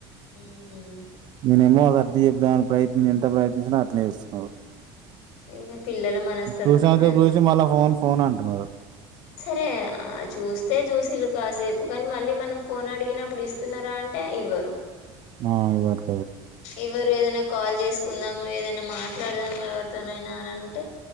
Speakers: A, on the left (about 65°); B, on the right (about 40°).
A: మ్మ్ హ్
B: నేనేమో అది సర్ది చెప్పుదామని ప్రయత్నించినా అట్నే చేస్తున్నాడు
A: ఇంగ పిల్లల మనస్తత్వం
B: చూసే అంత సేపు
A: అంతే
B: చూసి మళ్ళా ఫోన్ ఫోన్ అంటున్నడు
A: సరే చూస్తే చూసిళ్ళు కాసేపు కానీ మళ్ళీ మనం ఫోన్ అడిగినప్పుడు ఇస్తున్నారా అంటే ఇవ్వరు
B: ఆ ఇవ్వరు
A: ఎవరు ఏదైనా కాల్ చేసుకుందాము ఏదైనా మాట్లాడదాము ఎవరితోనైనా అని అంటే